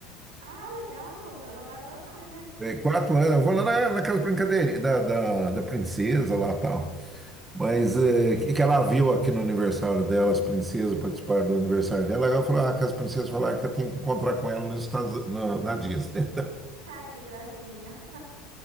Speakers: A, on the right (about 85°); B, on the right (about 20°).
A: Ah, legal. Ela vai adorar, né?
B: É, Quatro anos, eu vou lá na, naquela brincadeira da, da, da princesa lá e tal. Mas é, que que ela viu aqui no aniversário dela, as princesas participaram do aniversário dela, ela falou, ah, que as princesas falaram que eu tenho que encontrar com ela nos Estados, na, na Disney.
A: <laughs> Ai, que gracinha.